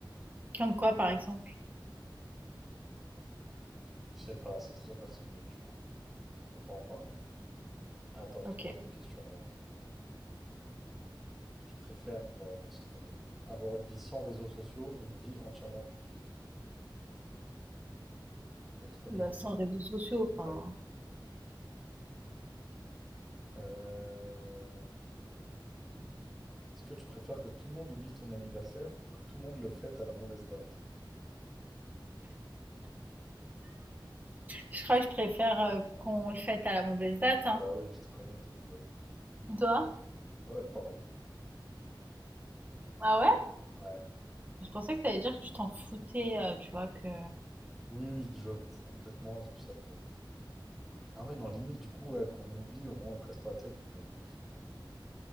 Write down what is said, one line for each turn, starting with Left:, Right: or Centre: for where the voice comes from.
Right: Comme quoi, par exemple?
Centre: Je sais pas, c'est trop personnel, tu vois. Je peux pas en parler. Attends,
Right: Ok.
Centre: je te pose une question, moi. Tu préfères... Ouais, non, c'est trop nul. Avoir une vie sans réseaux sociaux ou une vie entièrement publique? Ouais, trop nul.
Right: Bah, sans réseaux sociaux, enfin.
Centre: Ah oui. Euh, Est-ce que tu préfères que tout le monde oublie ton anniversaire ou que tout le monde le fête à la mauvaise date?
Right: Je crois que je préfère euh, qu'on le fête à la mauvaise date, hein.
Centre: Bah oui, je te connais, toi. Bah oui.
Right: Et Toi?
Centre: Ouais, pareil.
Right: Ah ouais?
Centre: Ouais.
Right: Je pensais que t'allais dire que tu t'en foutais, euh, tu vois, que...
Centre: Oui, oui, déjà, je m'en fous complètement, c'est pour ça que... Ah ouais, non, limite, du coup, ouais, quand on oublie, au moins, on casse pas la tête, vu que j'en ai rien à faire.